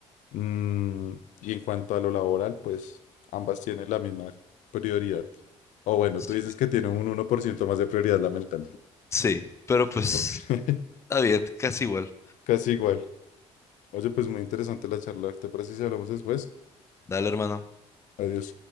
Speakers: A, on the left; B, on the left.
A: mm, y en cuanto a lo laboral, pues ambas tienen la misma prioridad. O bueno,
B: sí,
A: tú dices que tiene un uno por ciento más de prioridad la mental.
B: sí, pero pues
A: Ok, <laughs>
B: está bien, casi igual.
A: casi igual. Oye, pues muy interesante la charla. ¿Te parece si hablamos después?
B: Dale, hermano.
A: Adiós.